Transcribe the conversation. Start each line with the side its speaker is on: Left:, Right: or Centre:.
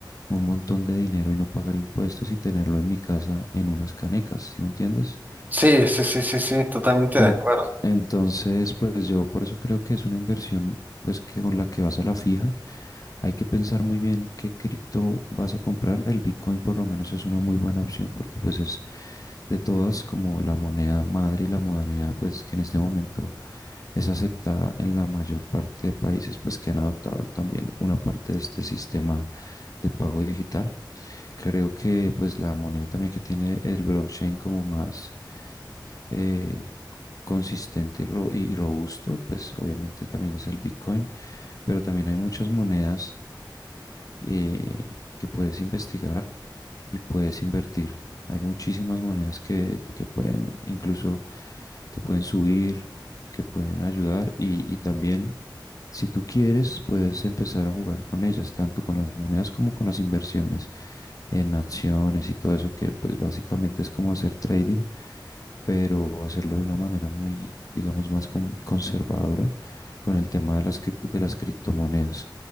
Left: un montón de dinero y no pagar impuestos y tenerlo en mi casa en unas canecas, ¿sí me entiendes?
Right: Sí, sí, sí, sí, sí, totalmente
Left: En-
Right: de acuerdo.
Left: entonces, pues yo por eso creo que es una inversión, pues que con la que vas a la fija, hay que pensar muy bien qué cripto vas a comprar. El Bitcoin por lo menos es una muy buena opción porque pues es de todas como la moneda madre y la moneda pues que en este momento es aceptada en la mayor parte de países pues que han adoptado también una parte de este sistema de pago digital. Creo que pues la moneda también que tiene el blockchain como más eh, consistente y, ro- y robusto, pues obviamente también es el Bitcoin, pero también hay muchas monedas eh, que puedes investigar y puedes invertir. Hay muchísimas monedas que, que pueden, incluso que pueden subir, que pueden ayudar y, y también si tú quieres puedes empezar a jugar con ellas, tanto con las monedas como con las inversiones en acciones y todo eso que pues básicamente es como hacer trading pero hacerlo de una manera muy, digamos, más con- conservadora con el tema de las, cri- de las criptomonedas.